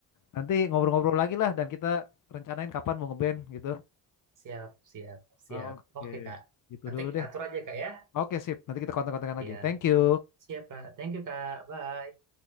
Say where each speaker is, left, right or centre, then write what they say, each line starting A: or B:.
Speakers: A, on the left (about 50°); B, on the right (about 45°).
A: nanti ngobrol-ngobrol lagi lah dan kita rencanain kapan mau ngeband gitu
B: Siap, siap, siap.
A: Oke,
B: Oke, Kak.
A: gitu
B: Nanti
A: dulu deh
B: atur aja, Kak, ya.
A: oke sip nanti kita kontak-kontakan
B: Siap.
A: lagi thank you
B: Siap, Kak. Thank you, Kak. Bye.